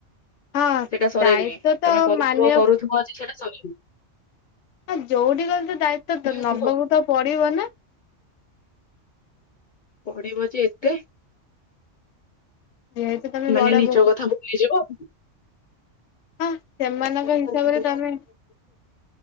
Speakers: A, on the left; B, on the left.
A: ହଁ
B: ସେଇଟା ସରିନି
A: ଦାୟିତ୍ଵ ତ
B: ତମେ କରୁଥିବ
A: ମାନିବାକୁ
B: କରୁଥିବ ସେଟା ସରିନି।
A: ଆଉ ଯୋଉଠି କଲେ ତ ଦାୟିତ୍ଵ
B: ହୁଁ
A: ନବକୁ
B: କୁହ
A: ତ ପଡିବ ନା।
B: ପଢିବ ଯେ ଏତେ
A: ଯେହେତୁ ତମେ
B: ମାନେ
A: ବଡ
B: ନିଜ
A: ବୋହୂ
B: କଥା ଭୁଲି ଯିବ।
A: ହଁ ସେମାନଙ୍କ
B: ନିଜ କଥା
A: ହିସାବରେ
B: ଭୁଲିଗଲା
A: ତମେ